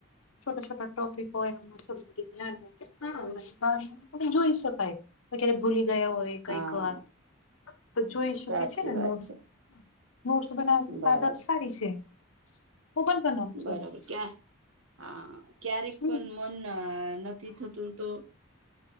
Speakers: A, on the left (about 75°); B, on the right (about 70°).
A: છોટા છોટ ટોપિક હોય <unintelligible> હા જોઈ શકાય. ક્યારેક ભૂલી ગયા હોય કઈક
B: હા
A: વાર તો જોઈ શકે
B: સાચી
A: છે ને
B: વાત
A: નોટ્સ.
B: છે
A: નોટ્સ બનાવવાની
B: બરાબર
A: આદત સારી છે હું પણ બનાવું છું
B: બરાબર
A: નોટ્સ.
B: ક્યાં હા ક્યારેક
A: હમ
B: પણ મન નથી થતું તો